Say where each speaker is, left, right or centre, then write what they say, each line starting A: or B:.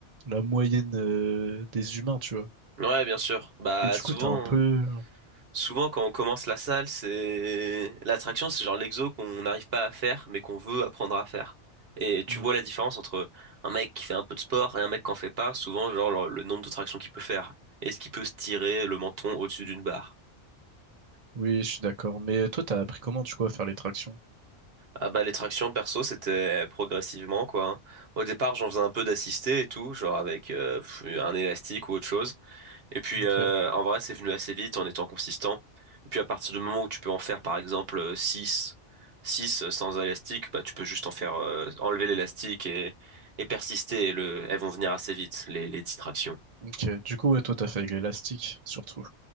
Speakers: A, on the right; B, on the right.
A: la moyenne euh, des humains, tu vois.
B: Ouais, bien sûr. Bah
A: Et du
B: souvent.
A: coup, t'as un peu...
B: hein. Souvent, quand on commence la salle, c'est l'attraction, c'est genre l'exo qu'on n'arrive pas à faire, mais qu'on veut apprendre à faire. Et tu
A: Mm.
B: vois la différence entre un mec qui fait un peu de sport et un mec qui en fait pas, souvent, genre le, le nombre de tractions qu'il peut faire. Est-ce qu'il peut se tirer le menton au-dessus d'une barre?
A: Oui, je suis d'accord. Mais toi, t'as appris comment, du coup, à faire les tractions?
B: Ah bah les tractions perso c'était progressivement quoi. hein. Au départ j'en faisais un peu d'assisté et tout, genre avec euh, pff, un élastique ou autre chose. Et puis,
A: Ok.
B: euh, en vrai, c'est venu assez vite en étant consistant. Et puis, à partir du moment où tu peux en faire, par exemple, euh, 6, six euh, sans élastique, bah, tu peux juste en faire, euh, enlever l'élastique et, et persister. Et le, elles vont venir assez vite, les, les distractions.
A: Ok. Du coup, ouais, toi, t'as fait avec l'élastique, surtout.